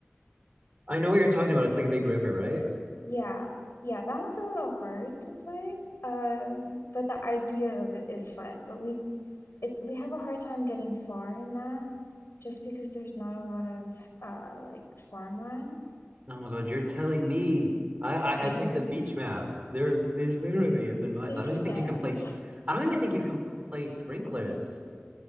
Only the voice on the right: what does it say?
I know what you're talking about. It's like a big river, right?
Oh my God, you're telling me. I I,
I picked the beach map. There there literally isn't much.
I don't
even think
you can play. s- I don't even think you can play sprinklers.